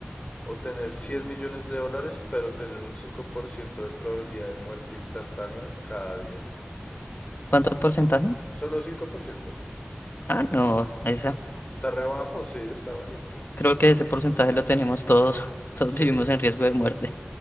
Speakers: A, on the left; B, on the left.
A: o tener 100 millones de dólares, pero tener un 5% de probabilidad de muerte instantánea cada día.
B: ¿Cuánto porcentaje?
A: Solo 5%.
B: Ah, no, esa
A: Está rebajo, sí, está bajito.
B: Creo que ese porcentaje lo tenemos todos. <laughs> Todos
A: Sí,
B: vivimos en riesgo de muerte.